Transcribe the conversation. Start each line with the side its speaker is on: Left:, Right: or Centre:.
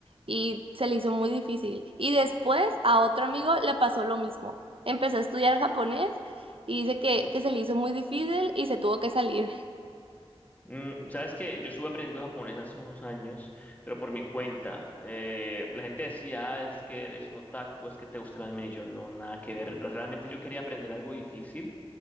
Right: y se le hizo muy difícil. Y después a otro amigo le pasó lo mismo. Empezó a estudiar japonés y dice que, que se le hizo muy difícil y se tuvo que salir.
Left: Mm, sabes que yo estuve aprendiendo japonés hace unos años, pero por mi cuenta. Eh, la gente decía, "Ah, es que eres un otaku, es que te gusta el anime. Y yo no, nada que ver. Realmente yo quería aprender algo difícil